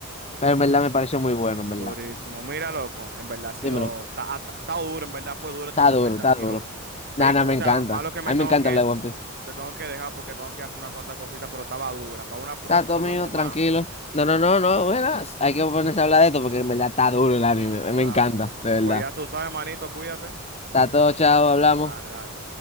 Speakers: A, on the left; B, on the right.
A: Pero en verdad me pareció muy bueno, en verdad.
B: durísimo. Mira, loco, en verdad ha sido,
A: Dímelo.
B: está- ha ha ha estado duro, en verdad fue dura esta
A: Está
B: conversación.
A: duro, está duro.
B: Pic-
A: Nada,
B: O
A: me
B: sea,
A: encanta.
B: malo que me
A: A mí
B: tengo
A: me encanta
B: que,
A: hablar de One Piece.
B: te tengo que dejar porque tengo que hacer una cuantas cositas, pero estaba dura. Para una próxima
A: Está todo
B: hablamos
A: mío,
B: más.
A: tranquilo. No, no, no, no, verás. Hay que ponerse a hablar de esto porque en verdad está duro el anime.
B: Está
A: Me encanta,
B: duro.
A: de verdad.
B: Pues ya tú sabes, manito, cuídate.
A: Está todo, chao, hablamos.
B: Dale, dale.